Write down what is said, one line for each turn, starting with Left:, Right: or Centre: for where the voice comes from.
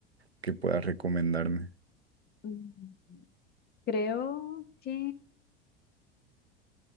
Right: que puedas recomendarme.
Left: Mm, Creo que